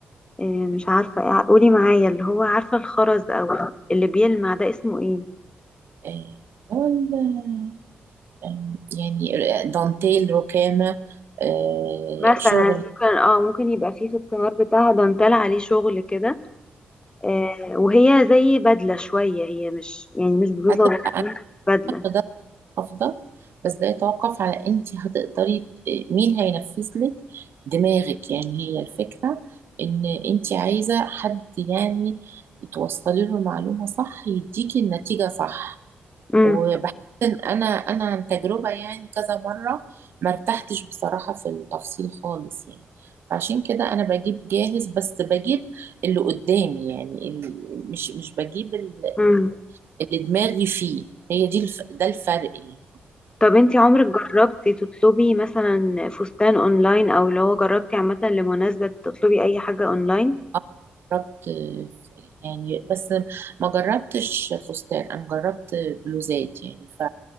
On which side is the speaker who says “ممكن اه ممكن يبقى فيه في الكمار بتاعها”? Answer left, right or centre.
Left